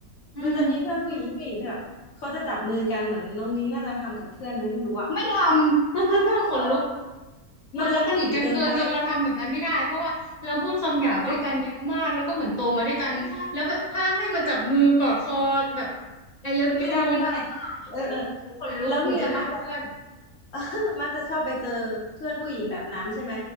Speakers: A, on the left (about 40°); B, on the left (about 60°).
A: อืม
B: มันจะมีเพื่อนผู้หญิงผู้หญิงที่แบบเขาจะจับมือกันเหมือนน้องนิ้งน่าจะทำกับเพื่อนไหมไม่รู้อะ
A: ไม่ทำ <laughs> ขนลุก
B: เออ
A: เหมือนเราสนิทกันเกินจนเราทำแบบนั้นไม่ได้เพราะว่าเราพูดคำหยาบด้วยกันเยอะมากแล้วก็เหมือนโตมาด้วยกันแล้วแบบถ้าให้มาจับมือกอดคอแบบ
B: มันจะเป็นผู้หญิงเกินไปเนาะไม่ใช่
A: I love
B: ไม่ได้ไม่ได้
A: you ไม่ได้
B: เออเออ
A: หนูขนลุกหนูจะด่าเพื่อน
B: แล้วพี่อะมักจะ <laughs> เออมักจะชอบไปเจอเพื่อนผู้หญิงแบบนั้นใช่ไหม